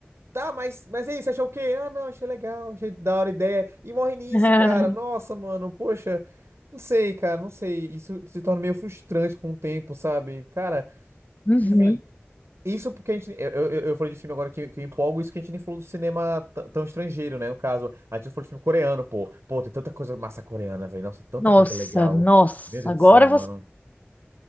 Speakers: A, on the right; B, on the left.
A: Tá, mas, mas é isso, achou o quê? Ah, não, achei legal, achei da hora a ideia. E morre nisso,
B: <laughs>
A: cara. Nossa, mano, poxa, não sei, cara, não sei. Isso se torna meio frustrante com o tempo, sabe? Cara,
B: Uhum.
A: enfim, isso porque a gente. Eu, eu, eu falei de filme agora que, que eu empolgo, isso que a gente nem falou do cinema t- tão estrangeiro, né? No caso, a gente não falou de filme coreano, pô. Pô, tem tanta coisa massa coreana, velho. Nossa, tanta
B: Nossa,
A: coisa legal.
B: nossa.
A: Meu Deus
B: Agora
A: do céu, mano.